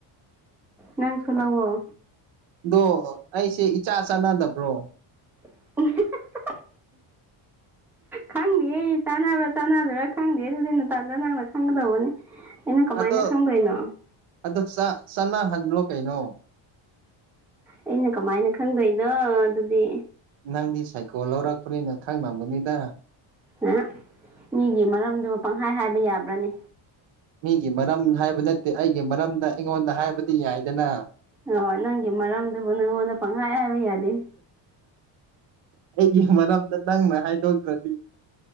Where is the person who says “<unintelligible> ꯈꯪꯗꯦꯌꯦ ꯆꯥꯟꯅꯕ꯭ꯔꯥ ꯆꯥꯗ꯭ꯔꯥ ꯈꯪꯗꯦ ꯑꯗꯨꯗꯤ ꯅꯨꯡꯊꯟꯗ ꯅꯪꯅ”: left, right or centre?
Centre